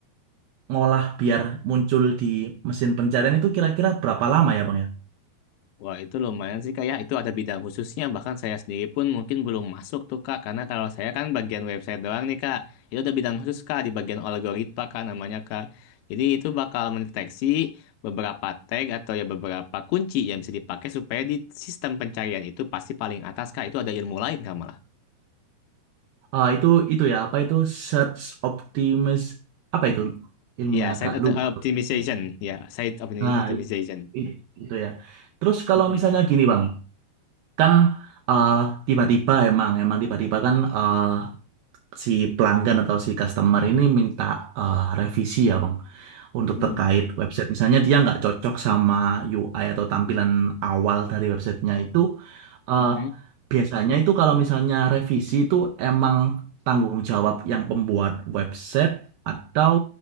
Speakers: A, on the right; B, on the left.
A: ngolah biar muncul di mesin pencarian itu kira-kira berapa lama ya Bang ya?
B: Wah, itu lumayan sih, Kak. Ya, itu ada bidang khususnya. Bahkan saya sendiri pun mungkin belum masuk tuh, Kak. Karena kalau saya kan bagian website doang nih, Kak. Itu ada bidang khusus, Kak, di bagian algoritma, Kak, namanya, Kak. Jadi itu bakal mendeteksi beberapa tag atau ya beberapa kunci yang bisa dipakai supaya di sistem pencarian itu pasti paling atas, Kak. Itu ada ilmu lain, Kak, malah.
A: Ah, itu itu ya apa itu search optimis apa itu ilmunya
B: Iya,
A: agak
B: site opt-
A: lupa.
B: optimization. Ya, site opti-
A: Nah,
B: optimization.
A: i- i- itu ya. Terus kalau
B: Mm-mm.
A: misalnya gini Bang, kan ah, tiba-tiba emang emang tiba-tiba kan ah, si pelanggan atau si customer ini minta ah, revisi ya Bang. untuk
B: Mm-mm.
A: terkait website. Misalnya dia nggak cocok sama UI atau tampilan awal dari websitenya itu, eh,
B: Mm-mm.
A: biasanya itu kalau misalnya revisi itu emang tanggung jawab yang pembuat website atau